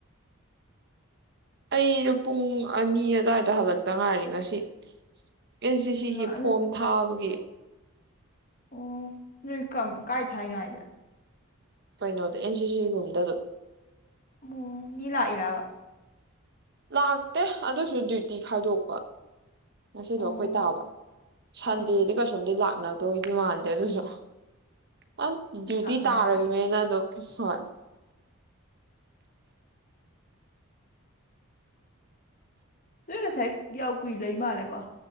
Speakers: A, on the right; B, on the left.
A: ꯑꯩꯗꯣ ꯄꯨꯡ ꯑꯅꯤ ꯑꯗꯨꯋꯥꯏꯗ ꯍꯜꯂꯛꯇ ꯉꯥꯏꯔꯤ ꯉꯁꯤ ꯑꯦꯟ ꯁꯤ ꯁꯤꯒꯤ
B: ꯃꯥ ꯑꯗꯨ
A: ꯐꯣꯔꯝ ꯊꯥꯕꯒꯤ <unintelligible>
B: ꯑꯣ ꯅꯣꯏ ꯀ ꯀꯥꯏ ꯊ ꯍꯥꯏꯅꯣ ꯍꯥꯏꯁꯦ
A: ꯀꯩꯅꯣꯗꯣ ꯑꯦꯟ ꯁꯤ ꯁꯤꯔꯨꯝꯗꯗꯨꯝ
B: ꯑꯣ ꯀꯤ ꯂꯥꯛꯏꯔꯕ
A: ꯂꯥꯛꯇꯦ ꯑꯗꯨꯁꯨ ꯗ꯭ꯌꯨꯇꯤ ꯈꯥꯏꯗꯣꯛꯄ ꯉꯁꯤꯗꯣ
B: ꯑꯣ
A: ꯑꯩꯈꯣꯏ ꯇꯥꯕ ꯁꯟꯗꯦꯗꯤ
B: ꯑꯥ
A: ꯀꯁꯨꯝꯗꯤ ꯂꯥꯛ ꯅ ꯗꯣꯏꯗꯤ ꯃꯥꯥꯟꯗꯦ ꯑꯗꯨꯁꯨ ꯑꯪ ꯗ꯭ꯌꯨꯇꯤ
B: ꯂꯥꯛꯅꯔꯗꯤ
A: ꯇꯥꯔꯣꯏꯅꯦꯅ ꯑꯗꯨꯝ ꯍꯣꯏ
B: ꯅꯣꯏ ꯉꯁꯥꯏ ꯌꯥꯝ ꯀꯨꯏ ꯂꯩ ꯃꯥꯜꯂꯦꯀꯣ